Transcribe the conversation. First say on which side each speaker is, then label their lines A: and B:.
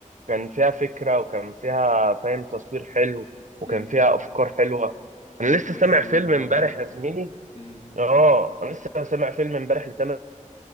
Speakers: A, on the right; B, on the left.
A: كان فيها فكره وكان فيها فاهم تصوير حلو وكان
B: امم
A: فيها افكار حلوه انا
B: وممثلين
A: لسه سامع فيلم
B: طبعا
A: امبارح يا زميلي
B: امم
A: اه انا لسه سامع فيلم امبارح لتامر